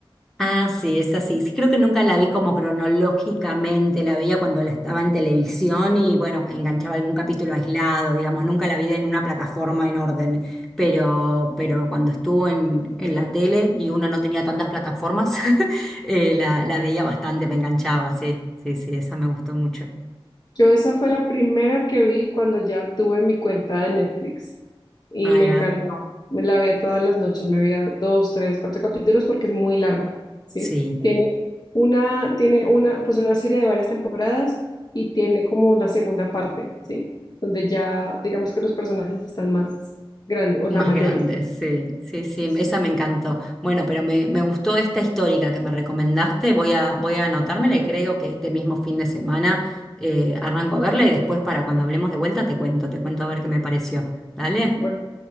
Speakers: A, in the centre; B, on the left.
A: Ah, sí, es así. Sí, creo que nunca la vi como cronológicamente, la veía cuando la estaba en televisión y bueno, enganchaba algún capítulo aislado, digamos, nunca la vi en una plataforma en orden, pero, pero cuando estuvo en, en la tele y uno no tenía tantas plataformas, <laughs> eh, la, la veía bastante, me enganchaba, sí, sí, sí, esa me gustó mucho.
B: Yo esa fue la primera que vi cuando ya tuve mi cuenta de Netflix. y
A: Ahí
B: me encantaba.
A: va,
B: Me la veía todas las noches, me veía dos, tres, cuatro capítulos porque es muy larga, ¿sí?
A: sí.
B: Tiene una, tiene una, pues una serie de varias temporadas y tiene como la segunda parte, ¿sí? Donde ya, digamos que los personajes están más grandes, o
A: Más
B: sea, mayores.
A: grandes,
B: pues.
A: sí, sí, sí,
B: Sí.
A: esa me encantó. Bueno, pero me, me gustó esta histórica que me recomendaste, voy a, voy a anotármela y creo que este mismo fin de semana eh, arranco a verla y después para cuando hablemos de vuelta te cuento, te cuento a ver qué me pareció. ¿Dale?
B: Bueno,